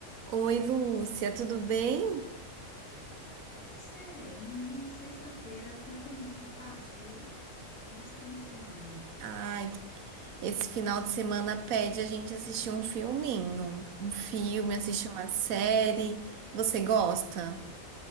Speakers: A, on the right; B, on the left.
A: Oi, Lúcia, tudo bem?
B: Você, menina, sexta-feira, o que é que nós vamos fazer nesse fim de semana?
A: Ai, esse final de semana pede a gente assistir um filminho, um filme, assistir
B: Hum,
A: uma série. Você gosta?